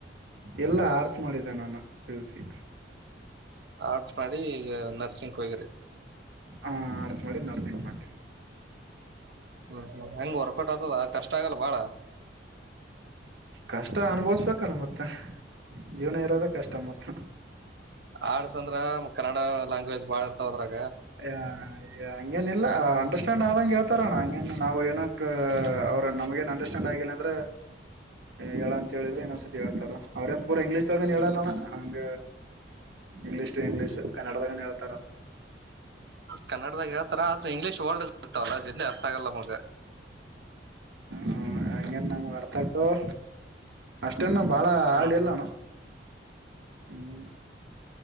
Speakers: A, on the right; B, on the right.
A: ಇಲ್ಲಾ ಆಟ್ಸ್ ಮಾಡಿದ್ದೆ ನಾನ ಪಿಯುಸಿ.
B: ಆರ್ಟ್ಸ್ ಮಾಡಿ ಈಗ ನರ್ಸಿಂಕ್ ಹೋಗಿರಿ.
A: ಆ ಆಡಸ್ ಮಾಡಿ ನರ್ಸಿಂಗ್ ಮಾಡ್ತೀವಿ.
B: ಹ್ಮ್ ಹ್ಮ್ ಹೆಂಗ್ ವರ್ಕೌಟ್ ಆತದ ಕಷ್ಟ ಆಗಲ್ಲ ಬಾಳ.
A: ಕಷ್ಟ ಅನುಭವಸ್ಬೇಕಲ್ಲ ಮತ್ತ ಜೀವನ ಇರೋದೇ ಕಷ್ಟ ಮತ್ತ
B: ಆಡ್ಸ್ ಅಂದ್ರ ಕನ್ನಡ ಲ್ಯಾಂಗ್ವೇಜ್ ಬಾಳ ಇರ್ತವ ಅದ್ರಗ
A: ಹ ಆಯ್ ಹಂಗೇನ ಇಲ್ಲ ಅಂಡರ್ಸ್ಟ್ಯಾಂಡ್ ಆದಂಗೆ ಹೇಳ್ತಾರ ಅಣ್ಣ ಹಂಗ ನಾವು ಏನಕ್ ಅವ್ರ ನಮ್ಗಏನ್ ಅಂಡರ್ಸ್ಟ್ಯಾಂಡ್ ಆಗ ಹಾಗೇನಂದ್ರೆ ಹೇಳ ಅಂತ ಹೇಳಿದ್ರೆ ಇನ್ನೊಂದ್ಸತಿ ಹೇಳ್ತಾರ ಅವ್ರೇನ್ ಪೂರ ಇಂಗ್ಲೀಷ್ದಾಗ ಹೇಳಲ್ಲಣ ಹಂಗ ಇಂಗ್ಲೀಷ್ ಟು ಇಂಗ್ಲೀಷ್ ಕನ್ನಡದಾಗಾನ ಹೇಳ್ತಾರ
B: ಕನ್ನಡದಾಗ ಹೇಳ್ತಾರ ಆದ್ರೆ ಇಂಗ್ಲೀಷ್ ವರ್ಲ್ಡ್ ಇರ್ತವಲ್ಲ ಜಲ್ಲಿ ಅರ್ಥ ಆಗಲ್ಲ ನಮಗ
A: ಹ್ಮ ಹಂಗೇನ್ ನಮ್ಗೆ ಅರ್ಥ ಅಕ್ಕವ್ ಅಷ್ಟೇನ್ನ ಬಾಳ ಹಾಳ್ಡಿಲ್ಲ
B: ಹ್ಮ್ ಹ್ಮ್
A: ಅಣ್ಣ ಹ್ಮ್